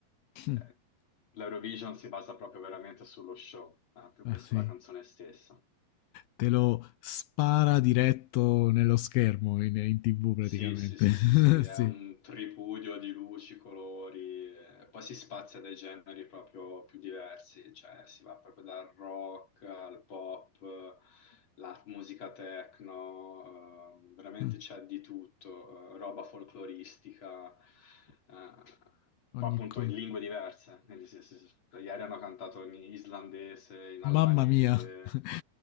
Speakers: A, on the left; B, on the left.
A: <laughs>
B: Eh, L'Eurovision si basa proprio veramente sullo show, eh, più
A: Ah,
B: che
A: sì.
B: sulla canzone stessa.
A: Te lo spara diretto nello schermo in, in TV praticamente.
B: Sì, sì, sì, sì, sì,
A: <laughs>
B: è
A: Sì.
B: un tripudio di luci, colori, eh, poi si spazia dai generi proprio più diversi, cioè si va proprio dal rock al pop, eh, la musica techno, eh, veramente
A: Mh,
B: c'è di tutto, eh, roba folcloristica, eh,
A: ogni
B: poi appunto
A: co
B: in lingue diverse, quindi se- se- se- ieri hanno cantato in islandese, in albanese,
A: mamma mia, <laughs>